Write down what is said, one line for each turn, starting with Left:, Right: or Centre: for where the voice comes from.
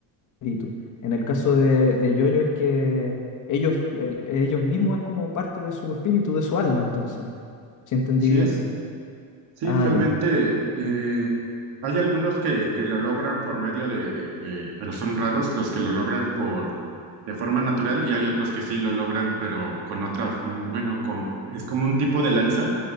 Left: el espíritu. En el caso de, de Yoyo es que ellos, el- ellos mismos es como parte de su espíritu, de su alma, entonces, si entendí
Right: Sí
Left: bien.
Right: es. Sí,
Left: Ah,
Right: realmente
Left: ya.
Right: eh, hay algunos que, que lo logran por medio de, de- de- pero son raros los que lo logran por de forma natural y hay otros que sí lo logran, pero con otra, mm, bueno, con, es como un tipo de lanza